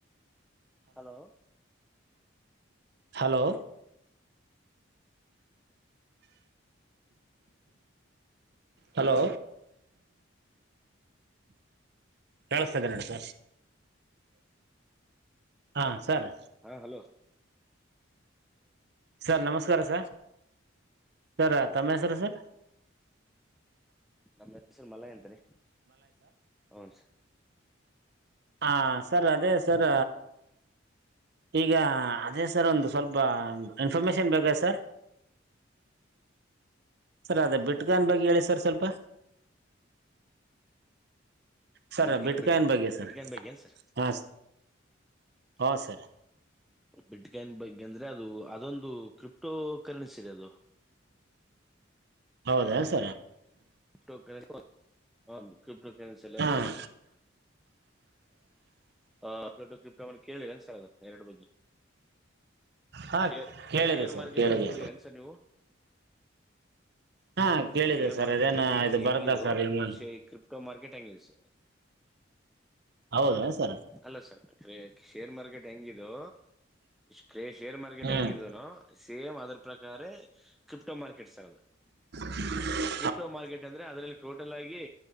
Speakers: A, in the centre; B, on the right.
A: hello
B: hello hello ಕಳ್ಸ್ತದೆ ನಡಸ ಹಾ ಸರ್
A: ಹಾ ಹಲೋ
B: ಸರ್ ನಮಸ್ಕಾರ ಸ ಸರ್ ತಮ್ಮ ಹೆಸರ ಸರ್
A: ನಮ್ಮ ಹೆಸೂರು ಮಲೈ ಅತ್ರಿ ಹನ್ಸ
B: ಹ ಸರ್ ಅದೇ ಸರ್ ಈಗ ಅದೇ ಸರ್ ಒಂದು ಸ್ವಲ್ಪ ಇನ್ಫಾರ್ಮೇಶನ್ ಬೇಕ ಸರ್ ಸರಿ ಅದ ಬಿಟ್ಟ ಕನ್ ಬಗ್ಗೆ ಹೇಳಿ ಸರ್ ಸ್ವಲ್ಪ ಸರ್
A: ಬಿಟ್ಕನ್
B: ಬಿಟ್ಕಾಯಿನ್
A: ಬಡ
B: ಬಗ್ಗೆ ಸರ್
A: ಬಿಟ್ಕನ್ ಬಗ್ ಏನ್ಸರ್
B: ಹಾಂ ಹಾಂ
A: ಹ
B: ಸರ್
A: ಬಿಡ್ಕಾಯನ್ ಬಗ್ಗೆ ಅಂದ್ರೆ ಅದು ಅದೊಂದು ಕ್ರಿಪ್ಟೋ ಕರೆನ್ಸಿ ರೀ ಅದು
B: <unintelligible> ಪದ ಸ
A: ಕ್ರಿಪ್ಟೋರೆಿ ಹ ಕ್ರಿಪ್ಟೋ ಕರೆನ್ಸಿ ಎಲ್ಲದು
B: ಹಾಂ
A: ಹ ಕ್ರಿಪ್ಟ ಕೇಳಿ ನನ್ಸ ಎರಡು ಬಗ್ಗೆ
B: ಹಾಂ
A: ಶೇರ್
B: ಕೇಳಿದೆ
A: ಶೇರ್
B: ಸರ್
A: ಮಾರ್ಕೆಟ್
B: ಕೇಳಿದೆ
A: ಬಗ್ ಕೇಳಿನ್ ಸರ್ ನೀವು
B: ಹಾ ಕೇಳಿದೆ
A: ಶೇರ್
B: ಸರ್
A: ಮಾರ್ಕೆಟ್
B: ಅದೇನ
A: ಹೆಂಗೆ
B: ಇದು
A: ಹೆಂಗಿದು
B: ಬರುತ್ತಾ ಸರ್ ಹಿಂಗ
A: ಕ್ರಿ ಮಾರ್ಕೆಟ್ ಹಂಗಿ ಸ
B: ಹೌದಾ
A: ಹ
B: ಸರ್
A: ಅಲ್ಲ ಸರ್ ಕ ಶೇರ್ ಮಾರ್ಕೆಟ್ ಹೆಂಗಿದು ಕ್ರ ಶೇರ್ ಮಾರ್ಕೆಟ್
B: ಹ್ಮ್
A: ಹೆಂಗಿದನು ಸೇಮ್ ಅದ್ರ ಪ್ರಕಾರ ಕ್ರಿಪ್ಟೋ ಮಾರ್ಕೆಟ್ಸ್ ಅದು
B: ಹ
A: ಕ್ರಿಪ್ಟೋ ಮಾರ್ಕೆಟ್ ಅಂದ್ರೆ ಅದ್ರಲ್ಲಿ ಟೋಟಲ್ ಆಗಿ